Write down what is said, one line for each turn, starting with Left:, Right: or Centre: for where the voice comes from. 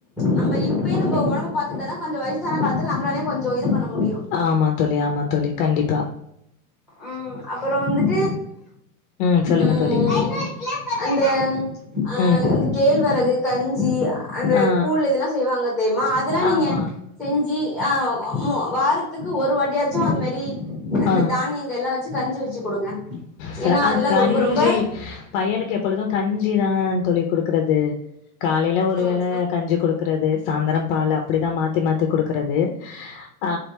Centre: நம்ம இப்பயே நம்ம உடம்ப பாத்துகிட்டா தான் கொஞ்சம் வயசு வயசான காலத்தில் நம்மளாலயு கொஞ்சம் இது பண்ண முடியும்
Left: ஆமா தோழி ஆமா தோழி கண்டிப்பா ஆ
Centre: ம் அப்றோ வந்துட்டு
Left: ம் சொல்லுங்க
Centre: ம்
Left: தோழி
Centre: அந்த அ
Left: ம்
Centre: அந்த கேழ்வரகு கஞ்சி அந்த
Left: ஆ
Centre: கூழ் இதெலாம் செய்வாங்க <unintelligible> அதெல்லாம் நீங்க
Left: ஆமா
Centre: செஞ்சு ஆ வாரத்துக்கு ஒரு வாட்டியாச்சும் அந்த மாரி அந்த
Left: ஆ
Centre: தானியங்கலாம் வச்சு கஞ்சி வச்சு கொடுங்க
Left: ச
Centre: ஏன்னா
Left: அ
Centre: அதெலாம்
Left: கஞ்சி
Centre: ரொம்ப ரொம்ப
Left: பையனுக்கு எப்பொழுதும் கஞ்சி தான் தோழி கொடுக்றது காலைல ஒரு வேள
Centre: ம்
Left: கஞ்சி கொடுக்றது சாயந்தரம் பால் அப்டிதான் மாத்தி மாத்தி கொடுக்கறது ஆ